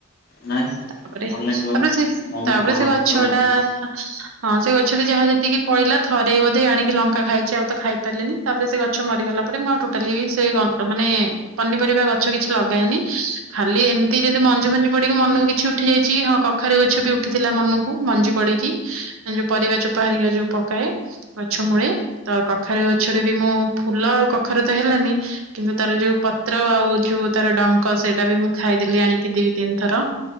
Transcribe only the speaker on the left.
ନାଇଁ
ଭଲ ଲାଗିବନି
ବହୁତ
ମନ
ଦୁଃଖ ଲାଗିବ